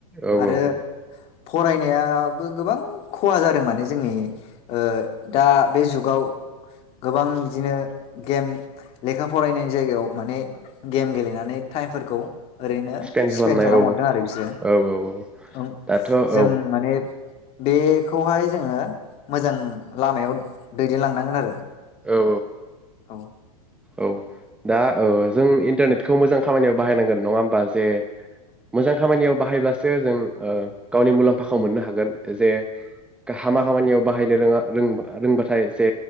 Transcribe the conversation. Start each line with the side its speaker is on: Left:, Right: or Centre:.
Centre: औ
Left: आरो
Centre: औ
Left: फरायनायाबो गोबां खहा जादों माने जोंनि ओ दा बे जुगाव गोबां बिदिनो गेम लेखा फरायनायनि जायगायाव माने गेम गेलेनानै टाइमफोरखौ ओरैनो
Centre: स्केन खालामनाय
Left: स्पेन्ड खालाम
Centre: औ
Left: हरदों आरो बिसो
Centre: औ औ
Left: औ
Centre: दाथ' औ
Left: जों
Centre: औ
Left: माने बेखौहाय जोङो मोजां लामायाव दैदेनलांनांगोन
Centre: औ
Left: औ
Centre: औ दा ओ जों इन्टारनेटखौ मोजां खामानियाव बाहायनांगोन नङा होमबा जे मोजां खामानियाव बाहायब्लासो जों ओ गावनि मुलाम्फाखौ मोननो हागोन जे गा हामा खामानियाव बाहायनो रोङा रों रोंबाथाय जे